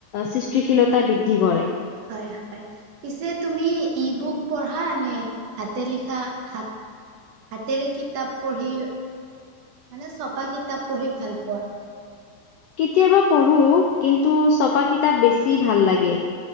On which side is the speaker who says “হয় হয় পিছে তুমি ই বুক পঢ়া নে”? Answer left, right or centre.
Right